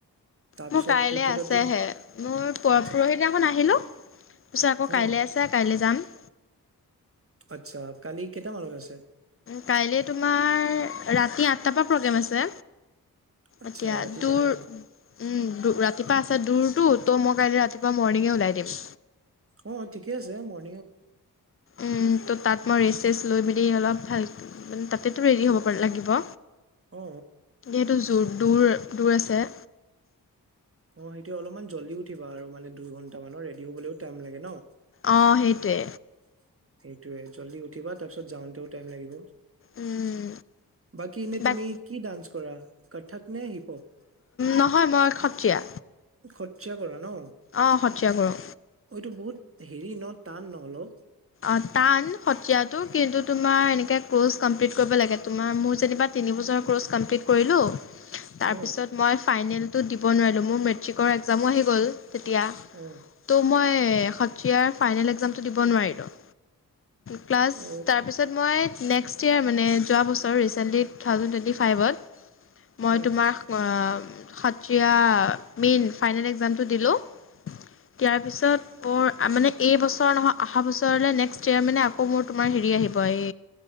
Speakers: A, on the right; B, on the left.
A: তাৰপিছত
B: মোৰ কাইলে
A: ক্ৰিকেটতো
B: আছেহে মোৰ প
A: আচ্ছা
B: পৰহি দিনাখন আহিলোঁ তাৰপিছত আকৌ
A: অ
B: কাইলে আছে কাইলে যাম
A: আচ্ছা কালি কেইটামানত আছে
B: কাইলে তোমাৰ ৰাতি আঠটাৰ পৰা প্ৰগ্ৰেম আছে
A: আচ্ছা
B: এতিয়া
A: ৰাতিপুৱা
B: দূৰ
A: ন
B: উম ৰাতিপুৱা আছে দূৰটো ত' মই কাইলে ৰাতিপুৱা মৰ্ণিঙে ওলাই দিম
A: অ ঠিকে আছে মৰ
B: উম তো তাত মই ৰেচেচ লৈ মেলি অলপ ভাল মানে তাতেতো ৰেডি হ'ব পা লাগিব
A: অ
B: এইটো জোৰ দূৰ দূৰ আছে
A: অ সেইটোয়ে অলপমান জল্দি উঠিবা আৰু মানে দুই ঘণ্টা মানৰ ৰেডি হবলৈও টাইম লাগে ন
B: অ সেইটোৱে
A: সেইটোয়ে জল্দি উঠিবা তাৰপিছত যাওঁতেও টাইম লাগিব
B: উম
A: বাকী এনে
B: বাক
A: তুমি কি ডান্স কৰা কথক নে হিপহপ
B: নহয় মই সত্ৰীয়া।
A: সত্ৰীয়া কৰা ন?
B: অ' সত্ৰীয়া কৰোঁ।
A: এইটো বহুত হেৰি ন, টান ন হেল্ল'
B: অ', টান সত্ৰীয়াটো, কিন্তু তোমাৰ এনেকে ক'ৰ্চ কমপ্লিট কৰিব লাগে, তোমাৰ মোৰ যেনিবা তিনিবছৰ ক'ৰ্চ কমপ্লিট কৰিলোঁ তাৰ
A: অ
B: পিছত মই ফাইনেলটো দিব নোৱাৰিলোঁ, মোৰ মেট্ৰিকৰ এগজামো আহি গ'ল তেতিয়া,
A: অ
B: ত' মই এ সত্ৰীয়াৰ ফাইনেল একজামটো দিব নোৱাৰিলোঁ। ক্লাছ,
A: অ
B: তাৰপিছত মই নেক্সট ত্ৰীয়াৰ মানে, যোৱাবছৰ ৰিছেণ্টলি তু থাউজেণ্ড টুৱেন্টি ফাইভত মই
A: অ
B: তোমাৰ, অ' সত্ৰীয়া মেইন ফাইনেল একজামটো দিলোঁ, দিয়াৰ পিছত মোৰ মানে এইবছৰ নহয় অহা বছৰ বছৰলৈ নেক্সট ইয়োৰ মানে আকৌ মোৰ তোমাৰ হেৰি আহিব, এই